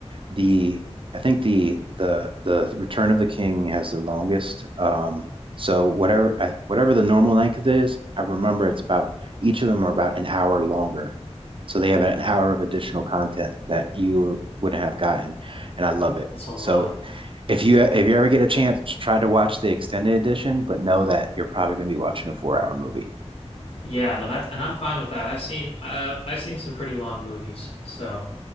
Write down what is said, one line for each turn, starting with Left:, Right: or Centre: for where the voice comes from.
Right: the I think the the the Return of the King has the longest. Um, so whatever I, whatever the normal length is, I remember it's about each of them are about an hour longer. So they have an hour of additional content that you wouldn't have gotten, and I love it.
Left: That's a lot.
Right: So if you if you ever get a chance, try to watch the extended edition, but know that you're probably going to be watching a four hour movie.
Left: Yeah, no, that's and I'm fine with that. I've seen uh, I've seen some pretty long movies, so